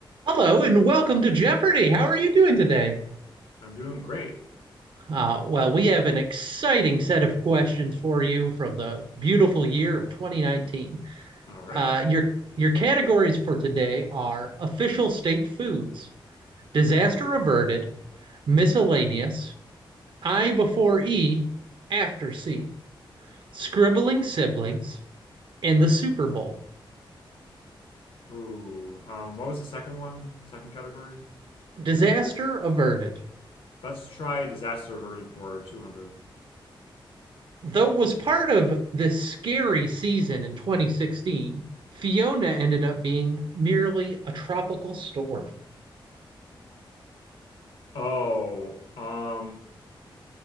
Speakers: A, on the right; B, on the left.
A: Hello and welcome to Jeopardy! How are you doing today?
B: I'm doing great.
A: Uh, well, we have an exciting set of questions for you from the beautiful year of 2019.
B: All right.
A: Uh, your your categories for today are official state foods, disaster averted, miscellaneous, I before E, after C, scribbling siblings, and the Super Bowl.
B: Ooh, um, what was the second one? Second category?
A: Disaster averted.
B: Let's try disaster averted for 200.
A: Though it was part of this scary season in 2016, Fiona ended up being merely a tropical storm.
B: Oh, um,